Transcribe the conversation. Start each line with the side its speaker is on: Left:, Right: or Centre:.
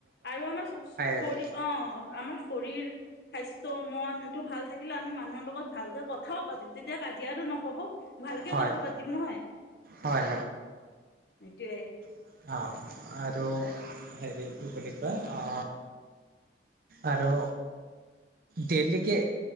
Left: আৰু আমাৰ ছ শৰীৰ,
Right: আৰু
Left: অ আমাৰ শৰীৰ স্বাস্থ্য, মন টো ভাল থাকিলে আমি মানুহৰ লগত ভালকে কথাও পাতিম, তেতিয়া কাজিয়াটো নহব ভালকে
Right: হয়
Left: কথা পাতিম নহয়?
Right: হয়
Left: এইটোয়ে
Right: অ, আৰু হেৰি, কি বুলি কয়, অ আৰু, ডেইলিকে